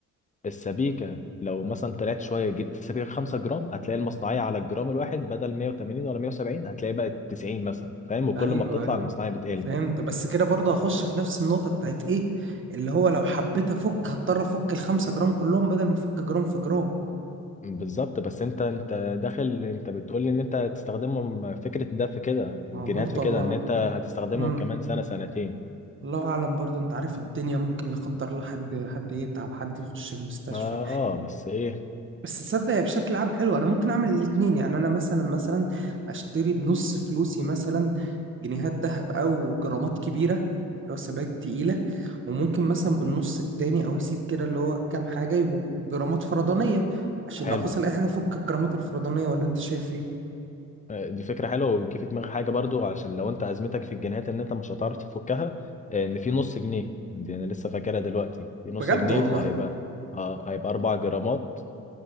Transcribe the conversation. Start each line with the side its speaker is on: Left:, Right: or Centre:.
Left: السبيكة لو مثلا طلعت شوية جبت سبيكة 5 جرام هتلاقي المصنعية على الجرام الواحد بدل 180 ولا 170 هتلاقي بقت 90 مثلا فاهم وكل
Right: ايوه
Left: ما بتطلع
Right: ايوه
Left: المصنعية بتقل
Right: فهمت بس كده برضه هخش في نفس النقطة بتاعت ايه اللي هو لو حبيت افك هضطر افك الخمسة جرام كلهم بدل ما افك جرام في جرام
Left: بالظبط بس انت انت داخل انت بتقول لي ان انت هتستخدمهم فكرة ده في كده والجنيهات
Right: اه برضه
Left: في كده
Right: الله
Left: ان انت هتستخدمهم
Right: امم
Left: كمان سنة سنتين
Right: الله اعلم برضه انت عارف الدنيا ممكن لا قدر الله حد حد يتعب حد يخش المستشفى
Left: اه, آه بس ايه
Right: بس تصدق هي بشكل عام حلو انا ممكن اعمل الاتنين يعني انا مثلا مثلا اشتري بنص فلوسي مثلا جنيهات ذهب او جرامات كبيره لو سبائك تقيله وممكن مثلا بالنص التاني او اسيب كده اللي هو كام حاجه يبقوا جرامات فرضانيه عشان
Left: حلوة
Right: لو حصل اي حاجه فك الجرامات الفرضانيه ولا انت شايف ايه
Left: آه، دي فكرة حلوة وتجي في دماغي حاجة برضو عشان لو انت أزمتك في الجنيهات ان انت مش هتعرف تفكها آه، ان في نص جنيه دي انا لسه فاكرها دلوقتي في نص
Right: بجد
Left: جنيه
Right: والله
Left: فهيبقى آه، هيبقى أربع جرامات